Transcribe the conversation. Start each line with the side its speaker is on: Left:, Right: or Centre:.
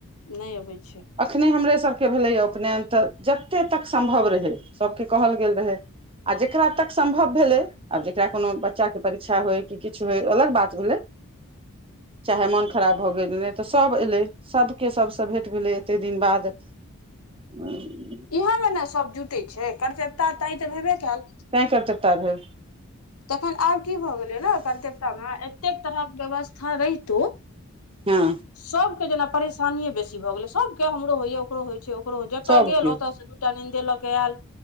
Left: नहि अबै छै
Right: एखने हमरे सभके भेलैए उपनयन तऽ जते तक सम्भव रहै सभके कहल गेल रहै आ जेकरा तक सम्भव भेलै आब जेकरा कोनो बच्चा के परीक्षा होय कि किछु होय अलग बात भेलै चाहे मोन खराब भऽ गेल रहै तऽ सभ एलै सभके सबसँ भेट भेलै एते दिन बाद <unintelligible>
Left: इहे मे ने सब जुटे छै कर्तवता ताय तऽ भेबे कयल
Right: त‌एं कर्त्तव्यता भेल
Left: तखन आब की भऽ गेलै न कर्तेव्यता मे एतेक तरहक व्यवस्था रहितो
Right: हँ
Left: सभके जेना परेशानिए बेसी भऽ गेलै सभके हमरो होइय ओकरो होय छै ककरो जतय
Right: सभके
Left: गेल ओतयसँ दूटा नीन्दे लऽ कऽ आयल